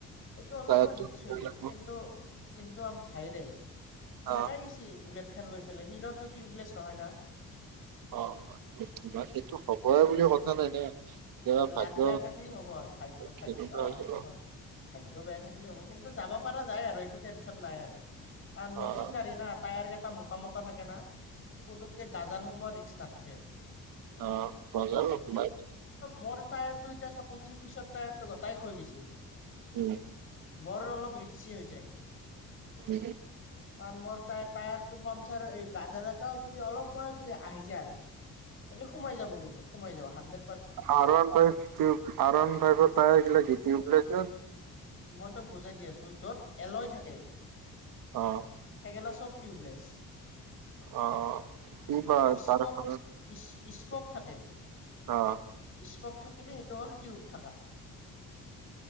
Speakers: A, on the left; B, on the right.
A: এইটো অলপমান
B: টায়াৰটো
A: ৰিক্স হৈ যায়
B: লাগিব।
A: কিন্তু কিন্তু আম ভাইৰে তেনেকাই
B: অ',
A: গৈছি বুলেট খন লৈ পেলাই হিৰতটো টিউবলেছ নহয় না
B: অ সেইটো হবই বুলি কথা নাই ন কেতিয়াবা ভাগ্য
A: লাগ বেয়া থাকিলে হ'ব আৰু ভাগ্য ভাগ্য
B: কেনেকুৱা
A: অ
B: হৈ
A: সেইটো
B: যাব
A: হয় ভাগ্য বেয়া থাকিলে হ'ব কিন্তু যাব পৰা যায় আৰু একো টেনশ্যন নাই আৰু আৰু
B: অ',
A: নতন গাড়ী না টায়াৰ গাড টা মত মতা থাকে না পুতুককে গাজাল সোমোৱা ৰিক্স নাথাকে হয়
B: অঁ গজাল নোসোমায়।
A: মই টায়াৰ টো এতিয়া চাপছিলি পিছত টায়াৰ টো গট খৈ গৈছিল
B: উম
A: বৰ অলপ ৰিক্সি হৈ যায়
B: উম
A: কাৰণ মোৰ ত টায়াৰ টো পামচাৰ এই গাজাল এটাও যদি অলপ মই যদি আহি যায়। এনে সোমাই যাব কিন্তু সোমাই যাব হানডেত
B: আণ ভাই আণ ভাই তাই আহছিলে গীত <inaudible> জউ প্লেছো
A: মই তাক বুজাই দি আছোঁ‌। য'ত এলৈ থাকে।
B: অ',
A: সেইগেলা চব। টউবলেছ।
B: অহ কি ভ
A: স্পক
B: তাৰখ <inaudible>
A: স্পক
B: অহ
A: থাকে স্পক থাকিলে সেইটো হ'ল টিউব থকা।